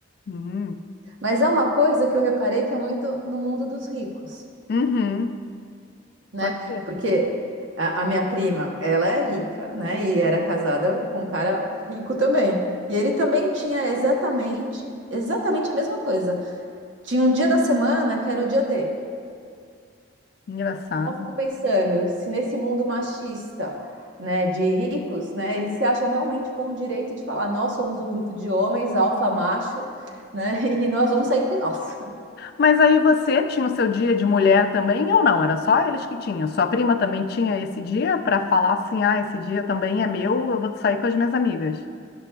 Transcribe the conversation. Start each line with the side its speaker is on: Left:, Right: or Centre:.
Left: Hum,
Right: Mas é uma coisa que eu reparei que é muito no mundo dos ricos,
Left: uhum,
Right: né?
Left: pode ser.
Right: Porque a, a minha prima, ela é rica, né? E era casada com um cara rico também. E ele também tinha exatamente, exatamente a mesma coisa. Tinha um dia da semana que era o dia dele.
Left: Engraçado.
Right: Então, eu fico pensando, se nesse mundo machista, né, de ricos, né, eles se acham realmente com o direito de falar, nós somos um grupo de homens, alfa macho, né, <laughs> e nós vamos sair entre nós.
Left: Mas aí você tinha o seu dia de mulher também ou não? Era só eles que tinham? Sua prima também tinha esse dia para falar assim: ah, esse dia também é meu, eu vou sair com as minhas amigas.